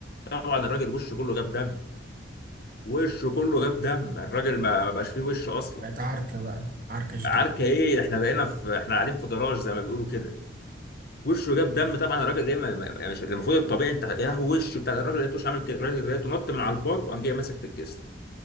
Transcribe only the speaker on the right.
بقت عركة بقى عركة شديدة